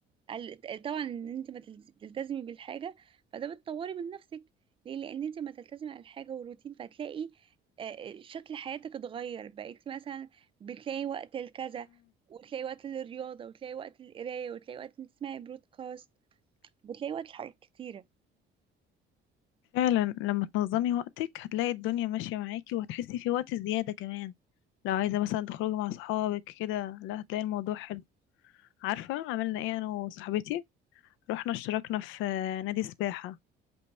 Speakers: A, on the right; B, on the left.
A: ال- طبعا ان انت ما تلز- تلتزمي بالحاجه فده بتطوري من نفسك ليه لان انت ما تلتزمي على الحاجه والروتين فهتلاقي آه، آه، شكل حياتك اتغير بقيتي مثلا بتلاقي وقت لكذا وتلاقي وقت للرياضه وتلاقي وقت للقرايه وتلاقي وقت انت تسمعي برودكاست بتلاقي وقت لحاجات كتيرة
B: فعلا لما تنظمي وقتك هتلاقي الدنيا ماشية معاكي وهتحسي في وقت زيادة كمان لو عايزة مثلا تخرجي مع صحابك كده لا هتلاقي الموضوع حلو عارفة عملنا ايه انا وصاحبتي رحنا اشتركنا في نادي سباحة